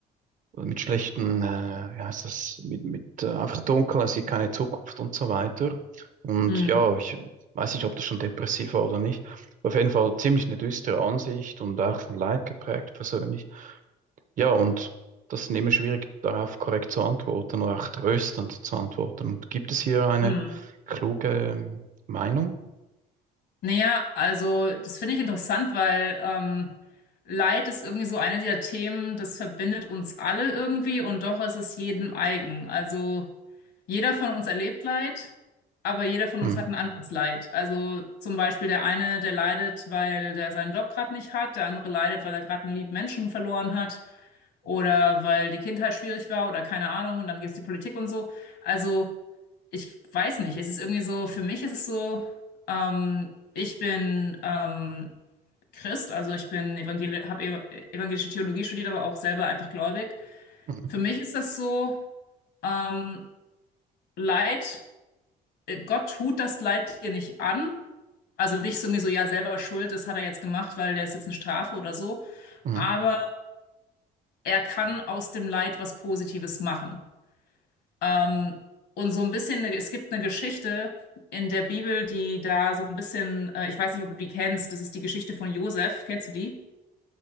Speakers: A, on the right; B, on the left.
A: oder mit schlechten, äh, wie heißt das, mit, mit äh, einfach dunkel, er sieht keine Zukunft und so weiter. Und
B: Hm.
A: ja, ich weiß nicht, ob das schon depressiv war oder nicht. Auf jeden Fall ziemlich eine düstere Ansicht und auch von Leid geprägt persönlich. Ja, und das ist immer schwierig, darauf korrekt zu antworten oder auch tröstend zu antworten. Und gibt es hier eine
B: Hm.
A: kluge ähm, Meinung?
B: Naja, also das finde ich interessant, weil ähm, Leid ist irgendwie so eine dieser Themen, das verbindet uns alle irgendwie und doch ist es jedem eigen. Also jeder von uns erlebt Leid, aber jeder von
A: Mhm.
B: uns hat ein anderes Leid. Also zum Beispiel der eine, der leidet, weil der seinen Job gerade nicht hat, der andere leidet, weil er gerade einen lieben Menschen verloren hat oder weil die Kindheit schwierig war oder keine Ahnung und dann gibt es die Politik und so. Also ich weiß nicht, es ist irgendwie so, für mich ist es so, ähm, ich bin ähm, Christ, also ich bin evangel habe ev evangelische Theologie studiert, aber auch selber einfach gläubig.
A: Mhm.
B: Für mich ist das so, ähm, Leid, äh, Gott tut das Leid dir nicht an. Also nicht so irgendwie so, ja, selber schuld, das hat er jetzt gemacht, weil der ist jetzt eine Strafe oder so.
A: Mhm.
B: Aber er kann aus dem Leid was Positives machen. Ähm, und so ein bisschen, eine- es gibt eine Geschichte in der Bibel, die da so ein bisschen, äh, ich weiß nicht, ob du die kennst, das ist die Geschichte von Josef, kennst du die?